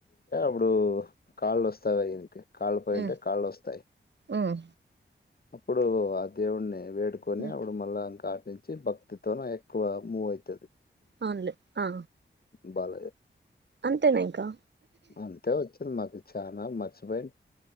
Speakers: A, on the left; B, on the right.
A: ఇప్పుడు కాళ్ళు వస్తాయియనికి కాళ్ళు పోయింటే
B: ఉమ్
A: కాళ్ళు వస్తాయి
B: ఉమ్
A: అప్పుడు ఆ దేవుడిని వేడుకొని
B: ఉమ్
A: అప్పుడు మళ్ళా ఇంకా నుంచి భక్తితోన ఎక్కువ మూవ్ అవుతుది
B: అవును లే ఆ
A: బాలయ్య
B: అంతేనా ఇంకా
A: అంతే వచ్చింది మాకు చానా మర్చిపోయి